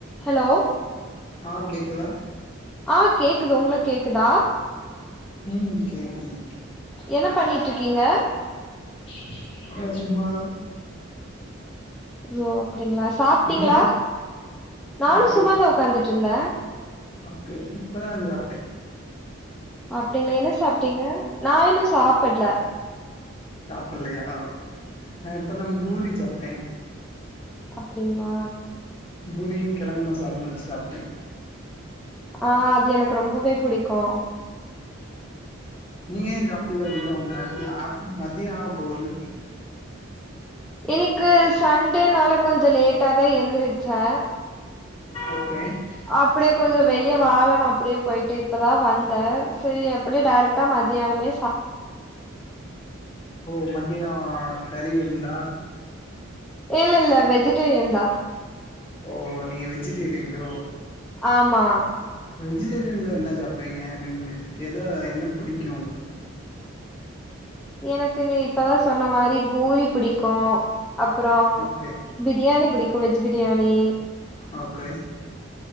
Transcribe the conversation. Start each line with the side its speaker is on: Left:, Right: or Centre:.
Centre: Hello
Left: ஆ கேக்குதா
Centre: ஆஹ் கேக்குது உங்க கேக்குதா
Left: ஹம் கேக்குது
Centre: என்ன பண்ணிட்டு இருக்கீங்க
Left: <unintelligible> சும்மாதா
Centre: யோ அப்படிங்களா சாப்பிட்டீங்களா
Left: நீங்க
Centre: நானும்
Left: ஆ
Centre: சும்மாதா
Left: இப்
Centre: உட்கார்ந்துட்டு இருந்தேன்
Left: ஓகே இப்பதான் சாப்பிட்டேன்
Centre: அப்படிங்களா என்ன சாப்பிட்டீங்க நா இன்னு சாப்பிடல
Left: சாப்பல்லைய ஆஹ் நம் புரி ச்ப்பிட்டே
Centre: அப்படிங்களா
Left: பூரியும் கிழங்கு மசாலு வச்சு சாப்பிட்டே
Centre: ஆ அது எனக்கு ரொம்பவே புடிக்கு
Left: நீங்க ஏன் சாப்பல இருந்தும் மதியம் மதியம் ஆக போகுது
Centre: இன்னைக்கு சண்டே நாளை கொஞ்சம் லேட்டா தான் எழுந்தருது
Left: ஓகே
Centre: அப்படியே
Left: ச
Centre: கொஞ்சம் வெளியே வாழன்ன அப்படியே போயிட்டு இப்பதா வந்த செரி அப்படியெ டேரெக்டா மத்தியானமே
Left: ஓ மதிய க <inaudible> தா
Centre: இல்ல இல்ல வெஜிட்டேரியன் தா
Left: ஓ நீங்க வெஜிட்டேரியன்டோ
Centre: ஆமா
Left: வெஜிடேரியன்ல என்ன சாப்பிடுவீங்க ஐமீன் ஏத என்ன பிடிக்கும் உங்களுக்கு
Centre: எனக்கு நீ இப்பதான் சொன்ன மாதிரி பூரி பிடிக்கும் உம் அப்புறம்
Left: ஓகே
Centre: பிரியாணி பிடிக்கும் வெஜ் பிரியாணி
Left: ஓகே